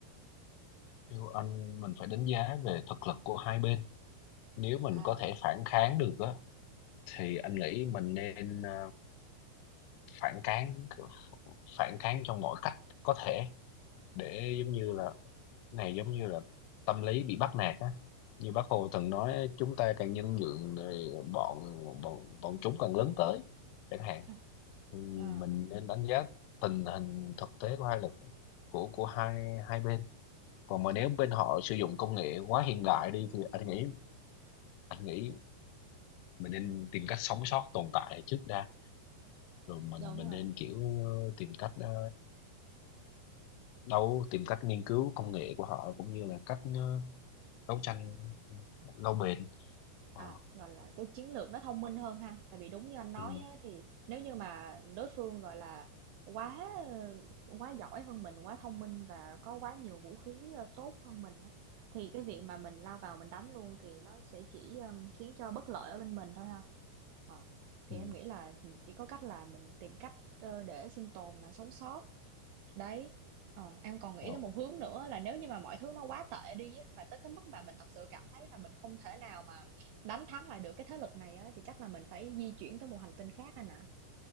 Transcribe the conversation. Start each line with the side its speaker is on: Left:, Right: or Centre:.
Left: theo anh mình phải đánh giá về thực lực của hai bên nếu mình
Right: À,
Left: có thể phản kháng được á thì anh nghĩ mình nên ờ, phản kháng phản kháng trong mọi cách có thể để giống như là này giống như là tâm lý bị bắt nạt á như bác Hồ từng nói chúng ta càng nhân nhượng thì bọn bọn bọn chúng càng lớn tới chẳng hạn
Right: à,
Left: thì
Right: à,
Left: mình nên đánh giá tình hình thực tế của hai lực của của hai hai bên còn mà nếu
Right: à,
Left: bên họ sử dụng công nghệ quá hiện đại đi thì anh nghĩ anh nghĩ mình nên tìm cách sống sót tồn tại trước đã rồi mình
Right: đúng
Left: mình
Right: rồi.
Left: nên kiểu ờ, tìm cách ờ, đâu tìm cách nghiên cứu công nghệ của họ cũng như là cách ờ, đấu tranh lâu bền
Right: À,
Left: ờ,
Right: gọi là, cái chiến lược nó thông minh hơn ha. Tại vì đúng như anh nói
Left: ừ,
Right: á, thì nếu như mà đối phương, gọi là, quá, ơ, quá giỏi hơn mình, quá thông minh và có quá nhiều vũ khí, ơ, tốt hơn mình á, thì cái việc mà mình lao vào mình đánh luôn thì nó sẽ chỉ, ờm, khiến cho bất lợi ở bên mình thôi ha. Ờ, thì
Left: ừ,
Right: em nghĩ là, chỉ có cách là mình tìm cách, ơ, để sinh tồn là sống sót. Đấy, ờ, em còn nghĩ
Left: rồi
Right: tới một hướng nữa là nếu như mà mọi thứ nó quá tệ đi á, mà tới cái mức mà mình thật sự cảm thấy là mình không thể nào mà đánh thắng lại được cái thế lực này á, thì chắc là mình phải di chuyển tới một hành tinh khác anh ạ.